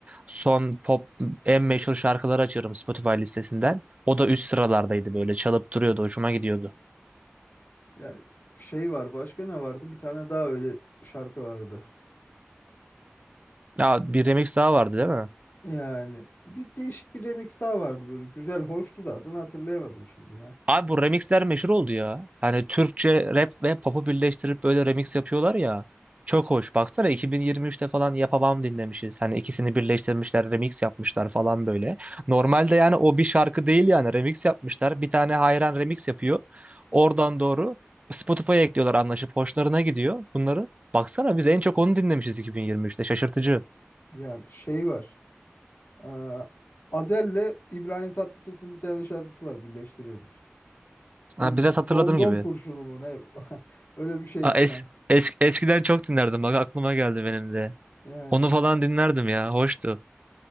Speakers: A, on the right; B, on the left.
A: son pop en meşhur şarkıları açıyorum Spotify listesinden. O da üst sıralardaydı böyle çalıp duruyordu hoşuma gidiyordu.
B: Ya şey var başka ne vardı? Bir tane daha öyle şarkı vardı.
A: Ya bir remix daha vardı değil mi?
B: Yani bir değişik bir remix daha vardı böyle güzel hoştu da adını hatırlayamadım şimdi ya.
A: Abi bu remixler meşhur oldu ya. Hani Türkçe rap ve pop'u birleştirip böyle remix yapıyorlar ya. Çok hoş. Baksana 2023'te falan Yapamam dinlemişiz. Hani ikisini birleştirmişler, remix yapmışlar falan böyle. Normalde yani o bir şarkı değil yani remix yapmışlar. Bir tane hayran remix yapıyor. Oradan doğru Spotify'a ekliyorlar anlaşıp hoşlarına gidiyor bunları. Baksana biz en çok onu dinlemişiz 2023'te. Şaşırtıcı.
B: Yani şey var. Aa, Adele'le İbrahim Tatlıses'in bir tane şarkısı var birleştirilmiş.
A: Ha,
B: Bilmiyorum.
A: bir de hatırladığım
B: Domdom
A: gibi.
B: kurşunu mu ne? <laughs> Öyle bir şeydi
A: Ha, es,
B: sen.
A: es- eskiden çok dinlerdim. Bak aklıma geldi benim de.
B: Yani
A: Onu falan dinlerdim ya. Hoştu.